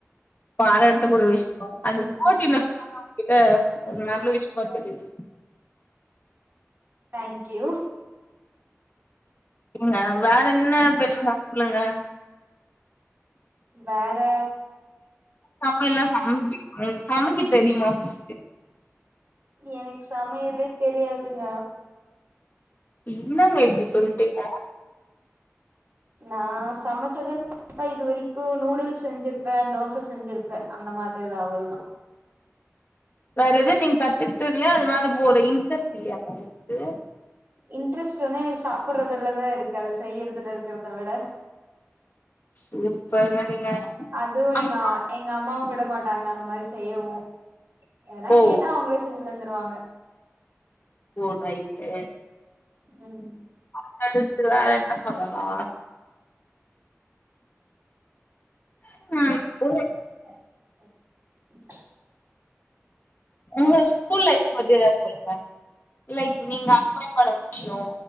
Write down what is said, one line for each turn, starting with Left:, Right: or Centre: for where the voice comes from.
Left: பாராட்டு கூட விஷயொ அந்த
Right: ம்
Left: ஸ்போட்டிவ்நெஸ் ஆ உங்கிட்ட நல்ல விஷயமா தெரியிது
Right: தேங்க்யூ
Left: ஏங்க வேற என்ன பேசலா சொல்லுங்க
Right: வேற
Left: சமயல்லா சமப்பிங்ளா ஒங் சமைக்கத்தெரிமா ஃபர்ஸ்ட்டு
Right: எனக்கு சமயலே தெரியாதுங்க
Left: என்னங்க இப்டி சொல்டீங்க
Right: நா‌ சமச்சது பாத்தா இது வரைக்கு நூடுல்ஸ் செஞ்சிருப்பே தோச செஞ்சிருப்பே அந்த மாத்ரி தா அவ்ள் தா
Left: வேறெது நீங் கத்துக்கிட்தில்லயா அது மேல போ ஒரு இன்ட்ரெஸ்ட் இல்லயாங்க ஒங்ளுக்கு
Right: இன்ட்ரெஸ்ட் வந்து எனக்கு சாப்பறதுலதாருக்கு அது செய்யறதுல இருக்கறத விட
Left: சூப்பருங்க நீங்க
Right: அதுவு
Left: அம்
Right: எங்க எங்க அம்மாவு விட மாட்டாங்க அந்த மாரி செய்யவு எதனா
Left: ஓ
Right: கேட்டா அவுங்களே செஞ்சு தந்துருவாங்க
Left: ஓ ரைட்டு
Right: ம்
Left: அதுக்கடுத்து வேற என்ன சொல்லலா ம்
Right: <inaudible>
Left: ஒங்ளோட ஸ்கூல் லைஃப் பத்தி எதாவ்து சொல்லுங்க லைக் நீங்க அட்மைர் பண்ண விஷ்யோ